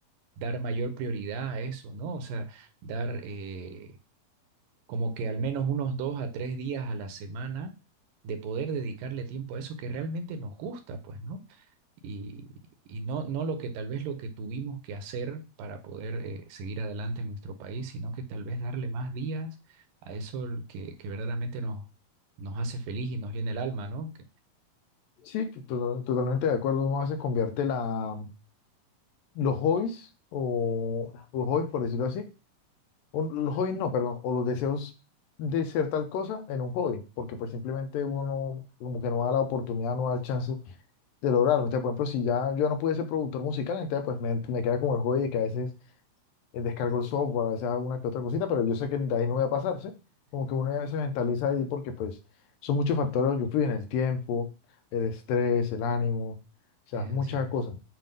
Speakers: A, on the right; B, on the left.
A: dar mayor prioridad a eso, ¿no? O sea, dar... eh, como que al menos unos dos a tres días a la semana de poder dedicarle tiempo a eso que realmente nos gusta, pues, ¿no? Y, y no, no lo que tal vez lo que tuvimos que hacer para poder eh, seguir adelante en nuestro país, sino que tal vez darle más días a eso el que, que verdaderamente nos, nos hace feliz y nos llena el alma, ¿no? Que
B: Sí, que to- totalmente de acuerdo, uno a veces convierte la los hobbies, o los hobbies por decirlo así, o los hobbies no, perdón, o los deseos de ser tal cosa en un hobby, porque pues simplemente uno no- como que no da la oportunidad, no da el chance de lograrlo. Entonces, por ejemplo, si ya yo no pude ser productor musical, entonces pues me, me queda como el hobby de que a veces eh, descargo el software, a veces hago una que otra cosita, pero yo sé que de ahí no voy a pasar, ¿sí? Como que uno ya se mentaliza ahí porque pues son muchos factores los que influyen, el tiempo, el estrés, el ánimo, o sea,
A: es
B: muchas
A: así.
B: cosas.